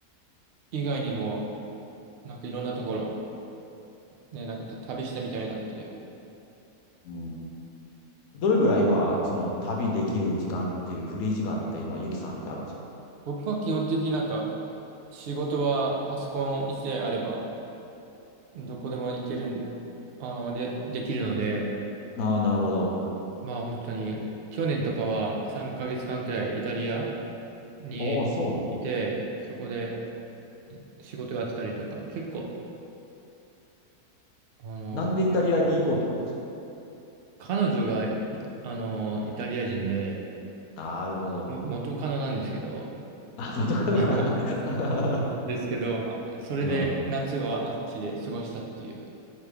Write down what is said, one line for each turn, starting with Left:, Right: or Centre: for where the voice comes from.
Right: 以外にも、なんかいろんなところ、ね、なんか旅してみたいなっていう。
Left: うんどれぐらい今、その旅できる時間っていう、フリー時間って今、ゆきさんってあるんですか
Right: 僕は基本的になんか、仕事はパソコン一台あれば、どこでも行けるん、あの、で、できるので、
Left: ああ、なるほど。
Right: まあ本当に、去年とかは3ヶ月間くらいイタリアにいて、
Left: ああ、そうなの。
Right: そこで仕事やってたりとか、結構、あの、
Left: なんでイタリアに行こうと思ったんですか
Right: 彼女がい、あの、イタリア人で、
Left: なるほど。
Right: も、元カノなんですけど、
Left: あ、元カノか。
Right: <laughs> ですけど、まあ、それで夏はあっちで過ごしたっていう。
Left: <laughs> うん。